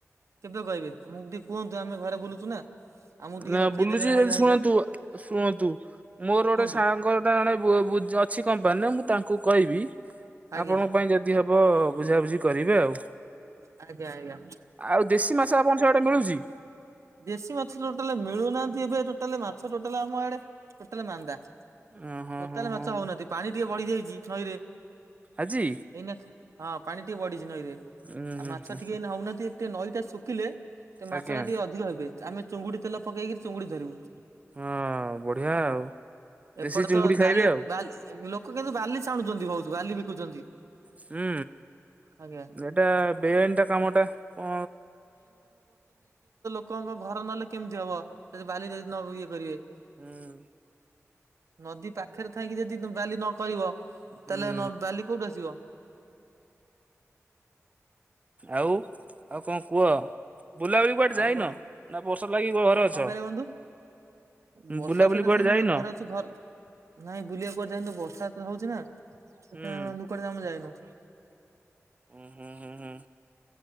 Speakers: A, on the right; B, on the right.
A: କେବେ କହିବେ ଆମକୁ ଟିକେ କୁହନ୍ତୁ ଆମେ ଘରେ ବୁଲଛୁ ନା ଆମକୁ ଟିକେ
B: ନା
A: ରଖେଇଦେବେ
B: ବୁଲୁଛି
A: ହାଇବା
B: ଯେ
A: ହାଇବା
B: ଶୁଣନ୍ତୁ ଶୁଣନ୍ତୁ ମୋର ଗୋଟେ
A: କୁହନ୍ତୁ
B: ସାଙ୍ଗ ଟା ଏବେ ଜଣେ ଜ ଅଛି କମ୍ପାନୀ ରେ ମୁଁ ତାଙ୍କୁ କହିବି
A: ଆଜ୍ଞା।
B: ଆପଣଙ୍କ ପାଇଁ ଯଦି ହେବ ବୁଝାବୁଝି କରିବେ ଆଉ।
A: ଆଜ୍ଞା ଆଜ୍ଞା
B: ଆଉ ଦେଶୀ ମାଛ ଆପଣ ସିଆଡେ ମିଳୁଛି?
A: ଦେଶୀ ମାଛ ଟୋଟାଲ ମିଳୁନାହାନ୍ତି ଏବେ ଟୋଟାଲି ମାଛ ଟୋଟାଲ ଆମ ଆଡେ ଟୋଟାଲ ମାନ୍ଦା। ଟୋଟାଲେ
B: ଓ ହଁ ହଁ ହଁ
A: ମାଛ ହଉନାହାନ୍ତି ପାଣି ଟିକେ ବଢି ଯାଇଛି ନଈରେ
B: ଆଜି?
A: ଏଇନା ହଁ ପାଣି ଟିକେ ବଢିଛି ନଈରେ
B: ଉଁ
A: ଆଉ
B: ହୁଁ
A: ମାଛ
B: ହୁଁ
A: ଟିକେ ଏ ହଉନାହାନ୍ତି ଟ ନଈ ଟା ଶୁଖିଲେ ସେ ମାଛ
B: ଆଜ୍ଞା
A: ଟା ଟିକେ ଅଧି କ, ଆମେ ଚୁଙ୍ଗୁଡି ତଲ ପକେଇକି ଚୁଙ୍ଗୁଡି ଧରିବୁ।
B: ହଁ ବଢିଆ। ଆଉ ଦେଶୀ
A: ଏପଟେ
B: ଚିଙ୍ଗୁଡି
A: ତ
B: ଖାଇବେ
A: ବାଲି
B: ଆଉ
A: ବା ବାଲୋକ କିନ୍ତୁ ବାଲି ଛାଣୁଛନ୍ତି ବହୁତ ବାଲି ବିକୁଛନ୍ତି
B: ହୁଁ।
A: ଆଜ୍ଞା।
B: ଏଟା ବେଆଇନ ଟା କାମଟା କ
A: ଲୋକଣଙ୍କ ଘର ନହେଲେ କେମିତି ହବ ଯଦି ବାଲି ଯଦି ନ ଇଏ କରିବେ
B: ହୁଁ।
A: ନଦୀ ପାଖରେ ଥାଇକି ଯଦି ତମେ ବାଲି ନ କହିବ
B: ହୁଁ
A: ତାହେଲେ ବାଲି କୋଉଠି ଆସିବ।
B: ଆଉ? ଆଉ କଣ କୁହ ବୁଲାବୁଲି କୁଆଡେ
A: ଆଉ
B: ଯାଇନ
A: କଣ
B: ନା ବର୍ସା ଲାଗି ଘରେ ଅଛ?
A: କଣ କହିଲେ ବନ୍ଧୁ ବର୍ଷା
B: ବୁଲାବୁଲି
A: ସେକା
B: କୁଆଡେ
A: ସେନା
B: ଯାଇନ?
A: ତ ଘରେ ଅଛି ଘର ନାଇଁ ବୁଲିବାକୁ କୁଆଡେ ଥାଇନ୍ତୁ ବର୍ଷା ହଉଛି ନା ସେଥିାଇଁ
B: ହୁଁ
A: ଆମେ ଦୁ ଆମେ ଯାଇନୁ।
B: ହୁଁ ହୁଁ ହୁଁ ହୁଁ।